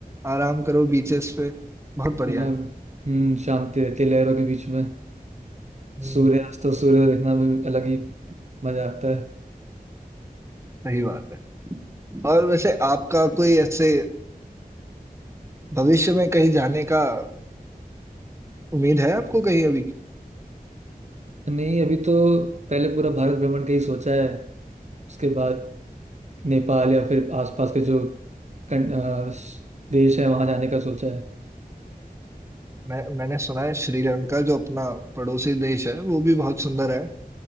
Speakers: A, on the right (about 15°); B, on the right (about 45°).
A: आराम करो बीचेस पे बहुत बढ़िया
B: हाँ
A: है
B: हम्म शांति रहती है लहरों के बीच में
A: हम्म
B: सूर्यास्त और सूर्य देखना भी अलग ही मजा आता है
A: सही बात है और वैसे आपका कोई ऐसे भविष्य में कहीं जाने का उम्मीद है आपको कहीं अभी
B: नहीं अभी तो पहले पूरा भारत भ्रमण का ही सोचा है उसके बाद नेपाल या फिर आसपास के जो कन, अ, स- देश है वहां जाने का सोचा है
A: मैं मैंने सुना है श्रीलंका जो अपना पड़ोसी देश है वो भी बहुत सुंदर है